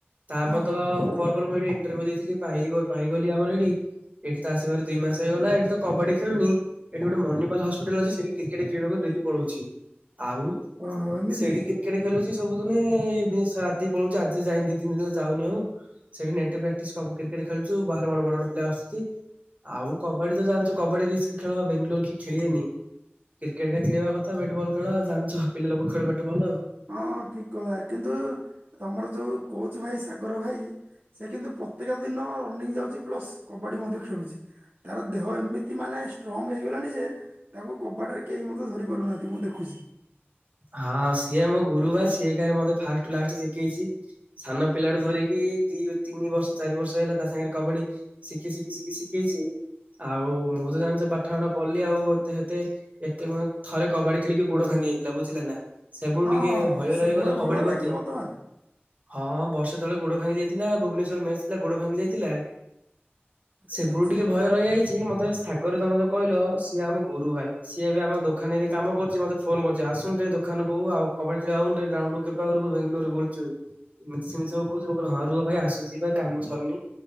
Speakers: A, on the right; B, on the right.
A: ତାପରେ
B: ହଁ
A: ତ
B: ହଁ
A: <unintelligible>
B: ଠିକ କଥା
A: ଇଣ୍ଟର ଭ୍ୟୁ ଦେଇଥିଲି ପାଇଗଲି ଆମର ଏଠି ଏଠି ତ ଆସିବାର ଦୁଇ ମାସ ହେଇଗଲା ଏଇଠି ତ କବାଡି ଖେଳୁନି। ଏଠି ଗୋଟେ ମନିପାଲ ହସ୍ପିଟାଲ ଅଛି ସେଠି କ୍ରିକେଟ ଖେଳିବାକୁ ଡେଲି ପଲଉଛି ଆଉ
B: ଓହୋ ଏମିତି
A: ସେଠି କି କ୍ରେଟ ଖେଳୁଛି ସବୁ ଦିନ ଇ ରାତି ପଳଉଛି ଆଜି ଯାଇନି ଦି ତିନି ଦିନ ଯାଉନି ଆଉ। ସେଠି ନେଟ ପ୍ରାକ୍ଟିସ କ କ୍ରିକେଟ ଖେଲଚୁ ବାହାରେ ବଡ ବଡ ପିଲା ଆସୁଛତି। ଆଉ କବାଡି ତ ଜାଣିଛ କବାଡି ରିସ୍ କି ଖେଳ ବାେଙ୍ଗାଲୋର କି ଖେଳିଆନି। କ୍ରିକେଟ ଖେଳିବା କଥା ବ୍ଯାଟବଲ ଖେଳ ଆ ଜାଛ ପିଲା ଲୋକ ଖେଳ ବ୍ଯାଟବଲ।
B: ହଁ ଠିକ କଥା କିନ୍ତୁ ତମର ଯୋଉ କୋଚ ଭାଇ ସାଗର ଭାଇ ସେ କିନ୍ତୁ ପ୍ରତ୍ୟେକ ଦିନ ରନିଂ ଯାଉଛି ପ୍ଲସ କବାଡି ମଧ୍ୟ ଖେଳୁଛି। ତାର ଦେହ ଏମିତି ମାନେ ଷ୍ଟ୍ରଙ୍ଗ ହେଇଗଲାଣି ଯେ ତାକୁ କବାଟ ରେ କେହି ମଧ୍ୟ ଧରି ପାରୁନାହାନ୍ତି ମୁଁ ଦେଖୁଛି।
A: ହଁ ସିଏ ମୋ ଗୁରୁ ବା ସିଏ ଖା ମତେ ଫାଷ୍ଟ ରୁ ଲାଷ୍ଟ ଶିଖେଇଛି। ସାନ ପିଲାଡୁ ଧରିକି ଦି ତିନି ବର୍ଷ ଚାରି ବର୍ଷ ହେଲା ତା ସାଙ୍ଗରେ କବାଡି ଶିଖି ଶିଖି ଶିଖି ଶିଖେଇଛି ଆଉ ମୁଁ ତ ଜାଣିଛ ପାଠପଠ ପଢ଼ିଲି ଆଉ ଏତେ ହେତେ ଏତେ ଥରେ କବାଡି ଖେଳିକି ଗୋଡ ଭାଙ୍ଗି ଯାଇଥିଲା ବୁଝିଲେ ନା। ସେ ବେଳୁ
B: ହଁ
A: ଟିକେ
B: ହଁ
A: ଭୟ
B: ସେ
A: ରହିଗଲା
B: ଗୋଡ ଭଲ
A: କବାଡି
B: ହେଲା
A: ପ୍ରତି
B: କି ବର୍ତ୍ତମାନ
A: ହଁ ବର୍ଷେ ତଳେ ଗୋଡ ଭାଙ୍ଗି ଯାଇଥିଲା ଭୁବନେଶ୍ୱରରେ ମେସ ଥିଲା ଗୋଡ ଭାଙ୍ଗି ଯାଇଥିଲା।
B: ଆଚ୍ଛା
A: ସେବୁରୁ
B: ଆଚ୍ଛା
A: ଟିକେ ଭୟ ରହିଯାଇଛି ମତେ ସାଗରରେ ତମେ ଯୋଉ କହିଲ ସିଏ ଆମ ଗୁରୁ ଭାଇ ସିଏ ଏବେ ଆମ ଦୋକାନରେ କାମ କରୁଛି ମତେ ଫୋନ କରୁ ଆସୁନୁ ଟିକେ ଦୋକାନ କୁ ଆଉ କବାଡି ଖେଳିବା ଆଉନ ଗ୍ରାଉଣ୍ଡ କୁ କେବେ ବେଙ୍ଗଲୋରେ ବୁଲଛୁ। ଏମିତି ସେମତି ସବୁ କହୁଛି, ମୁଁ କହିଲି ହଁ ରୁହ ଭାଇ ଆସୁଛି ବା। କାମ ସରିନି